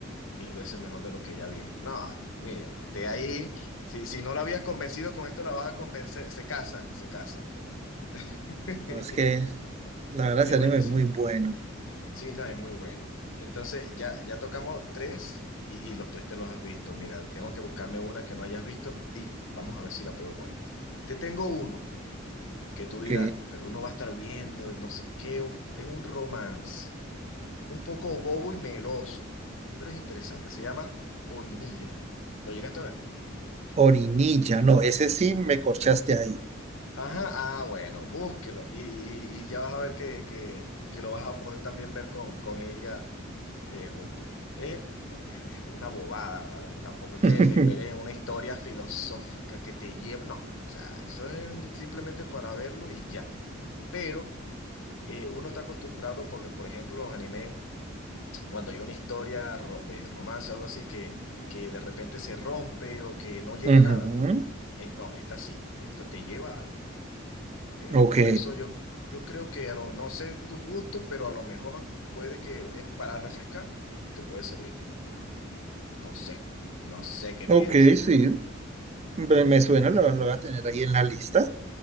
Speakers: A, on the left; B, on the right.
A: mil veces mejor de lo que ya vimos. No, mira, usted ahí, si, si no la habías convencido con esto, la vas a convencer, se casan, se casan. <laughs>
B: No, es que la verdad
A: Es
B: ese anime
A: buenísima.
B: es muy bueno.
A: Sí, no, es muy bueno. Entonces, ya, ya tocamos tres y, y los tres te los has visto. Mira, tengo que buscarme una que no hayas visto y vamos a ver si la pego con esta. Te tengo uno que tú
B: Ok.
A: dirás, pero uno va a estar viendo, no sé qué, un- es un romance, un poco bobo y meloso, pero es interesante. Se llama Orinilla. ¿Lo llegaste a ver?
B: Orinilla, no, ese sí me
A: ajá
B: corchaste ahí.
A: Ajá, ah, bueno, búsquelo y, y- y ya vas a ver que, que- que lo vas a poder también ver con, con ella eh, junto. Eh, Es una bobada, mano, Tampoco es
B: <laughs>
A: que te esperes una historia filosófica que te lleve, no, o sea, eso es simplemente para verlo y ya. Pero eh, uno está acostumbrado, por, por ejemplo, los animes, cuando hay una historia ro- de romance o algo así que, que de repente se rompe o que no llega
B: Ujú.
A: a nada, es, no, esta sí, esta te lleva a algo. Y
B: Ok,
A: por eso yo, yo creo que a lo- no sé tus gustos, pero a lo mejor puede que es para refrescar, te puede servir. No sé, no sé qué
B: ok,
A: piensas.
B: sí. Me, me suena, lo, lo voy a tener ahí en la lista.